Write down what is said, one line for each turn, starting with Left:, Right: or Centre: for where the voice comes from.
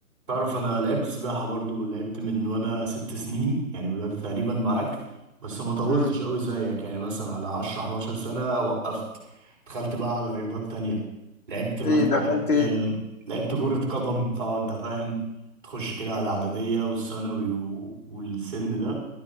Right: تعرف انا لعبت سباحة برضو لعبت من وانا ست سنين يعني بدأت تقريبا معاك بس ما طولتش
Left: مم.
Right: قوي زيك يعني مثلا على 10 11 سنة وقفت دخلت بقى على رياضات تانية لعبت مس...
Left: ايه دخلت
Right: لعبت لعبت كرة قدم طبعا انت فاهم تخش كده على اعدادية والثانوي و... والسن ده